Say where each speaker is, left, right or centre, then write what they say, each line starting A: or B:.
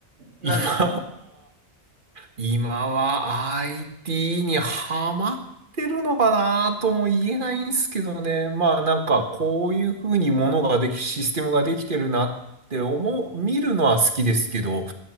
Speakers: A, on the right; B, on the right.
A: なんか、
B: 今今は IT にハマってるのかなとも言えないんですけどね。まあなんかこういうふうにものができ、システムができてるなって思う、見るのは好きですけど、